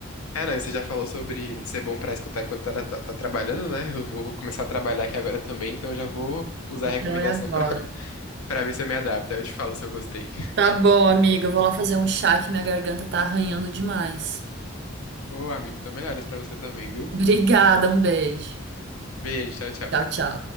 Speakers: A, on the left; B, on the right.
A: Ah, não, você já falou sobre ser bom pra escutar enquanto tá, tá- tá trabalhando, né? Eu vou começar a trabalhar aqui agora também, então eu já vou usar
B: Então
A: a recomendação
B: é agora.
A: pra, <laughs> pra ver se eu me adapto. Aí eu te falo se eu gostei.
B: Tá bom, amiga. Eu vou lá fazer um chá que minha garganta tá arranhando demais.
A: Ô, amigo, então melhoras pra você também,
B: <laughs>
A: viu?
B: Obrigada, um beijo.
A: Beijo, tchau,
B: Tchau,
A: tchau.
B: tchau.